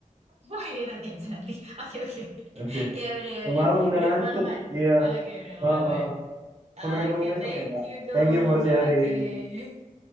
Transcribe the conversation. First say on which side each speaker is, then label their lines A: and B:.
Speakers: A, on the right (about 50°); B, on the right (about 25°).
A: Oh iya nanti aja nanti. Oke oke.
B: nanti.
A: <laughs> Ya udah ya
B: Udah
A: udah.
B: malam, udah
A: Udah
B: ngantuk.
A: kemalaman.
B: Iya.
A: Oke udah kemalaman.
B: Heeh.
A: Oke,
B: Sampai ketemu besok
A: thank
B: ya, Mbak.
A: you, Gung.
B: Thank you for
A: Oke.
B: sharing.